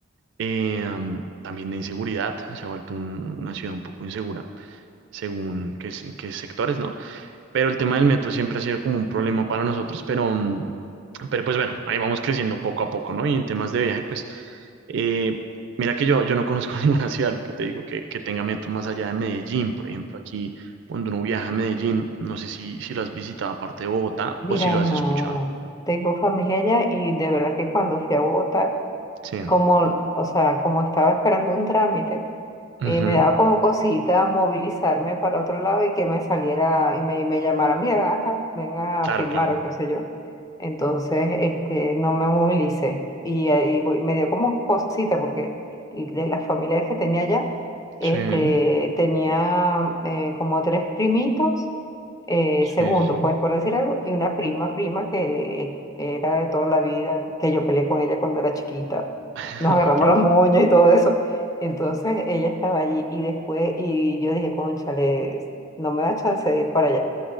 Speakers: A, on the right; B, on the left.
A: Eh, mm, también de inseguridad, se ha vuelto un- una ciudad un poco insegura, según qué, se- qué sectores, ¿no? Pero el tema del metro siempre ha sido como un problema para nosotros, pero... mm, pero pues bueno, ahí vamos creciendo poco a poco, ¿no? Y en temas de viaje, pues eh, mira que yo, yo no conozco <laughs> ninguna ciudad, lo que te digo, que, que tenga metro más allá de Medellín. Por ejemplo, aquí cuando uno viaja a Medellín, no sé si, si lo has visitado aparte de Bogotá
B: Mira,
A: o si lo
B: no,
A: has escuchado.
B: tengo familia allá y de verdad que cuando fui a Bogotá,
A: Sí.
B: como, o sea, como estaba esperando un trámite, y
A: Ujú.
B: me daba como cosita movilizarme para otro lado y que me saliera y me, y me llamara, mira, ven acá, ven a
A: Claro,
B: filmar
A: claro.
B: o qué sé yo. Entonces, este, no me movilicé y, ahí voy- me dio como cosita porque de las familiares que tenía allá, este,
A: Sí,
B: tenía eh, como tres primitos, eh,
A: sí,
B: segundos,
A: sí. sí.
B: pues por decir algo, y una prima, prima que era de toda la vida, que yo peleé con ella cuando era chiquita.
A: <laughs>
B: Nos agarramos
A: Ok.
B: los moños y todo eso. Entonces ella estaba allí y después, y yo dije, cónchale, no me da chance de ir para allá.